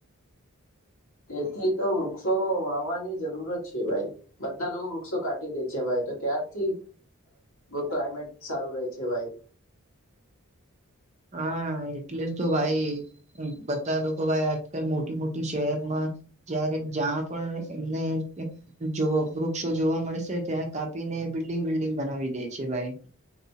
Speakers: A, on the left; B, on the right.
A: તેથી તો વૃક્ષો વાવવાની જરૂરત છે ભાઈ બધા લોકો વૃક્ષો કાઢી દે છે ભાઈ તો ક્યારથી ક્લાયમેટ સારું રહે છે ભાઈ
B: હા એટલે જ તો ભાઈ બધા લોકો ભાઈ આજકાલ મોટી મોટી શહેરમાં જારે જ્યાં પણ એમને જો વૃક્ષો જોવા મળશે ત્યાં કાપી બિલ્ડીિંગ બિલ્ડિંગ બનાવી દે છે ભાઈ